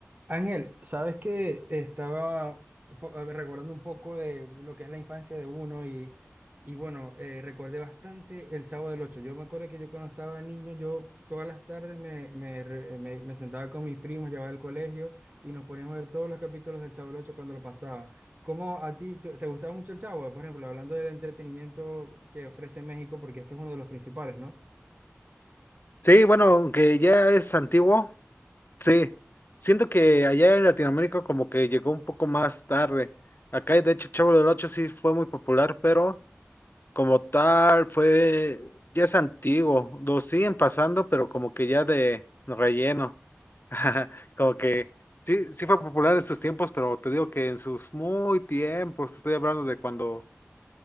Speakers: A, on the right (about 40°); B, on the left (about 50°).
A: Ángel, sabes que estaba po- eh, recordando un poco de lo que es la infancia de uno y, y bueno, eh, recordé bastante El Chavo del Ocho. Yo me acuerdo que yo cuando estaba niño, yo todas las tardes me, me re- eh, me- me sentaba con mis primos, llevaba al colegio y nos poníamos a ver todos los capítulos del Chavo del Ocho cuando lo pasaba. ¿Cómo a ti te te gustaba mucho el Chavo? Por ejemplo, hablando del entretenimiento que ofrece México, porque esto es uno de los principales, ¿no?
B: Sí, bueno, aunque ya es antiguo, sí. Siento que allá en Latinoamérica como que llegó un poco más tarde. Acá, de hecho, Chavo del Ocho sí fue muy popular, pero como tal fue, ya es antiguo. Lo siguen pasando, pero como que ya de relleno. <laughs> Como que sí, sí fue popular en sus tiempos, pero te digo que en sus muy tiempos, te estoy hablando de cuando